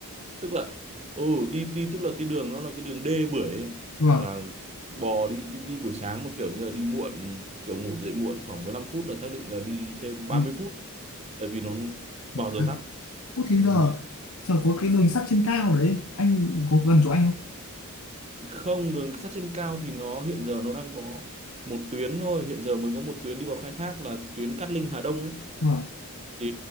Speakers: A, on the right; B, on the left.
A: tức là ừ đi đi tức là cái đường nó là cái đường đê bưởi ấy.
B: vâng.
A: là bò đi đi đi buổi sáng mà kiểu như là đi muộn kiểu ngủ dậy muộn khoảng 15 phút là xác định là đi thêm ba
B: Đi
A: mươi phút tại vì nó
B: một
A: vào giờ
B: phát.
A: tắc
B: Ủa thế
A: ừ.
B: giờ, giờ có cái đường sắt trên cao đấy. Anh có gần chỗ anh không?
A: không đường sắt trên cao thì nó hiện giờ nó đang có một tuyến thôi hiện giờ mới có một tuyến đi vào khai thác là tuyến Cát Linh Hà Đông ấy
B: Vâng,
A: thì